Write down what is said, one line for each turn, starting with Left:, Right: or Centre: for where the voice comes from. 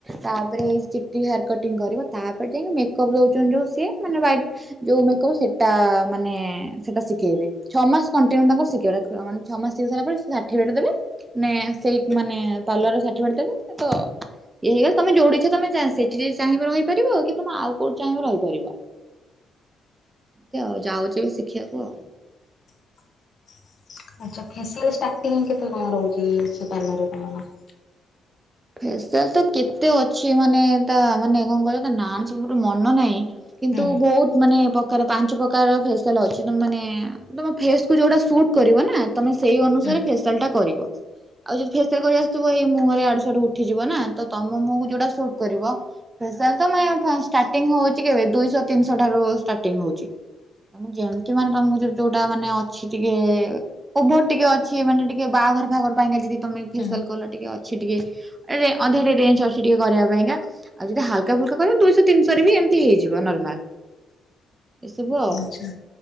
Right: ତାପରେ ଚିଟି ହେୟାର କଟିଂ କରିବ ତାପରେ ଯାଇକି ମେକପ୍ ଦଉଛନ୍ତି ଯୋଉ ସିଏ ମାନେ <unintelligible> ଯୋଉ ମେକପ୍ ସେଟା ମାନେ ସେଟା ଶିଖେଇବେ ଛଅ ମାସ କଣ୍ଟିନ୍ୟୁ ତାଙ୍କର ଶିଖିବେ ଛଅ ମାସ ଶିଖି ସାରିଲା ପରେ ସେ ସାଠିଫି କେଟ୍ ଦେବେ ମାନେ ସେଇ ମାନେ ତଲର ଷାଠି ବାଢ ଦେବେ ତ ଇଏ ହେଇଗଲା ତମ ଯୋଉଠି ଇଛା ତମେ ସେଠିଯଦି ଚାହିବ ରହିପାରିବ କି ତମେ ଆଉ କୋଉ ଚାହିଁବ ରହିପାରିବ ଦେଖିଆଉ ଯାଉଛି ବି ଶିଖିବାକୁ ଆଉ
Left: ହ ଆଛା ଫ୍ୟାସନ୍ ଷ୍ଟାରଟିଂ କେତେ କଣ ରହୁଛି ସେ ପାର୍ଲରରେ ତମର?
Right: ଫେସିଆଲ ତ କେତେ ଅଛି ମାନେ ତା ମାନେ କଣ କହିଲ ତା ନା ସବୁ ମୋର ମନ ନାହିଁ। କିନ୍ତୁ
Left: ହୁଁ
Right: ବହୁତ ମାନେ ପ୍ରକାର ପାଞ୍ଚ ପ୍ରକାର ଫେସିଆଲ ଅଛି ତମେ ମାନେ ତମ ଫେସକୁୁ ଯୋଉଟା ସୁଟ୍ କରିବ ନା? ତମେ ସେଇ ଅନୁସାରେ
Left: ହୁଁ
Right: ଫେସିଆଲ୍ ଟା କରିବ ଆଉ ଯଦି ଫେସିଆଲ କରି ଆସିଥିବ ଏଇ ମୁହଁରେ ଆ ଉଠିଯିବନା ତ ତମ ମୁହଁକୁ ଯୋଉଟା ସୁଟ କରିବ ଫେଶିଆଲ୍ ତମେ ଷ୍ଟାର ଷ୍ଟାରଟିଂ ହଉଛି କେବେ ଦୁଇଶ ତିନିଶହରୁ ଷ୍ଟାରଟିଂ ହଉଛି। ମୁଁ ଯେମତି ମାନେ ତମକୁ ଜାଣିଛି ଯୋଉଟା ମାନେ ଅଛି ଟିକେ ଓଭର ଟିକେ ଅଛି ମାନେ ଟିକେ ବାହାଘର ଫାହାଘର ପାଇଁକା ଯଦି ତମେ ଫେସିଆଲ
Left: ହୁଁ
Right: କଲ ଟିକେ ଅଛି ଟିକେ ଅଧରେ ରେଞ୍ଜ ଅଛି ଟିକେ କରିବା ପାଇଁକା। ଆଉ ଯଦି ହାଲକା ଫୁଲକା କରିବ ଦୁଇଶ ତିିନିଶହରେ ବି ଏମିତି ହେଇଯିବ ନର୍ମାଲ। ଏସବୁ ଆଉ
Left: ଆଛା